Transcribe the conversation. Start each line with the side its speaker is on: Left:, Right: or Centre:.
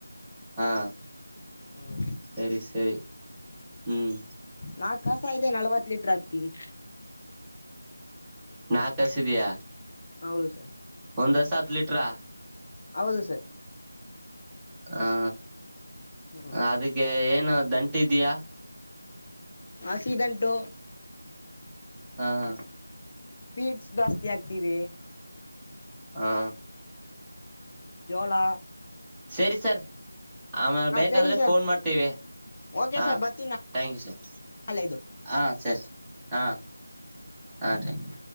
Centre: ಹಾ
Left: ಹ
Centre: ಸರಿ ಸರಿ ಹ್ಮ್
Left: ನಾಕ್ ಕಸ ಇದೆ ನಲ್ವತ್ ಲೀಟ್ರ ವಿ
Centre: ನಾಕ್ ಹಸಿದಯ
Left: ಹೌದು ಸರ್
Centre: ಒಂದ್ಸ ಹತ್ತು ಲೀಟ್ರಾ
Left: ಹೌದು ಸರ್
Centre: ಹಾ
Left: ಹ್ಮ್
Centre: ಅದಕ್ಕೆ ಏನು ದಂಟ ಇದಯಾ
Left: ಆಸಿಡೆಂಟು
Centre: ಹಾ ಹ
Left: ಪೀಡ್ಸ್ ಜಾಸ್ತಿ ಆಗ್ತಿವಿ
Centre: ಹಾ
Left: ಜೋಳಾ
Centre: ಸರಿ ಸರ್ ಆಮೇಲೆ ಬೇಕಾದ್ರೆ
Left: ಸರಿ ಸರ್
Centre: ಫೋನ್ ಮಾಡ್ತೇವೆ
Left: ಓಕೆ
Centre: ಹಾ
Left: ಸರ್ ಬರ್ತೀನಿ
Centre: ಥಾಂಕ್ ಯು ಸರ್
Left: ನಾಳೆ ಇದು
Centre: ಹ ಸರಿ ಹಾ ಹಾ ಾಕ್ ಯು